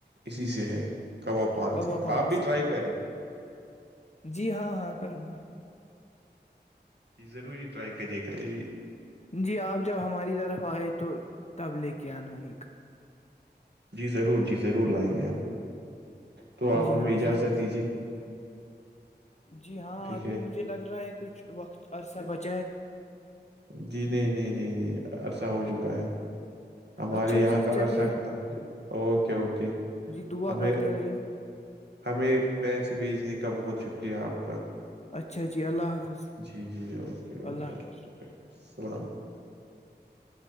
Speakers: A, on the right; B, on the left.
A: اسی سے ہے کباب پان
B: کوا
A: تھی
B: پان
A: آپ بھی
B: سے
A: ٹرائی کری
B: جی ہاں ہاں کروں گا
A: جی روری رائی کر کہریے گئی <unintelligible>
B: جی آپ جب ہماری طرف آئے تو تب لے کے آنا ایک
A: جی ضرور جی ضرور لائیں گے ہمپ تو آپ
B: جی
A: ہم
B: ہاں
A: اجازت
B: ضرور
A: دیجیے
B: جی ہاں
A: ٹھیک
B: ابھی
A: ہے
B: مجھے لگ رہا ہے کچھ وقت عرصہ بچ
A: جی نہیں نہیں نہیں نہیں عرصہ ہو چکا ہے ہمارے
B: اچھا
A: یہاں
B: جی
A: کا
B: چلیے
A: عرصہ ختم ہو اوکے اوکے
B: جی دعا
A: ہمیں
B: کرتے رہیے
A: ہمیں پسے بیچنے کا بہت ش اس لیے آپ
B: اچھا جی اللہ حافظ
A: جی جی اوکے اوکے
B: اللہ حافظ
A: اللام علیکم <unintelligible>